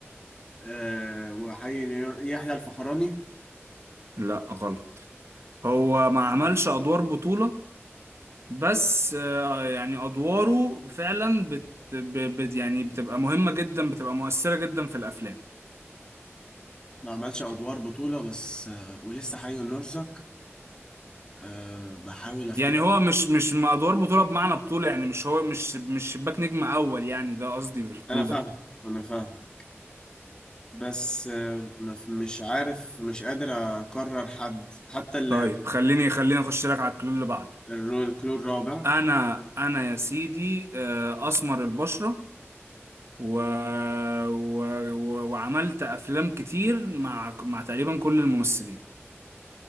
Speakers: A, on the left; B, on the right.
A: آه وحي نيو- يحيى الفخراني
B: لا غلط هو ما عملش أدوار بطولة بس آه، يعني أدواره فعلا بت... ب... بت... يعني بتبقى مهمة جدا بتبقى مؤثرة جدا في الأفلام
A: ما عملش ادوار بطولة بس آه ولسه حي ونرزق أه بحاول افتكر
B: يعني هو مش مش ما أدوار بطولة بمعنى بطولة يعني مش هو مش مش شباك نجم أول يعني ده قصدي بالكلو
A: انا فاهم
B: ده
A: انا فاهم بس أه ما في- مش عارف مش قادر اقرر حد حتى ال-
B: طيب خليني خليني اخش لك على الكلو اللي بعده
A: الرو- الكلور الرابع
B: انا انا يا سيدي آه، اسمر البشره و... و... و... وعملت افلام كتير مع مع تقريبا كل الممثلين